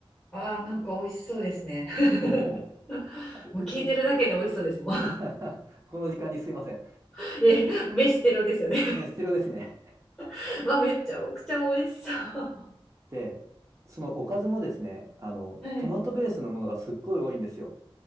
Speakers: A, in the centre; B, on the right.
A: あー、なんか美味しそうですね。<laughs>
B: もう、こ、
A: もう聞いてるだけで美味しそうですもん。
B: もう <laughs> この時間にすいません。
A: <laughs> え、飯テロですよね。
B: うん必要ですね。
A: <laughs> わ、めっちゃおくちゃ美味しそう。
B: で、そのおかずもですね、あの、
A: <laughs> はい。
B: トマトベースのものがすっごい多いんですよ。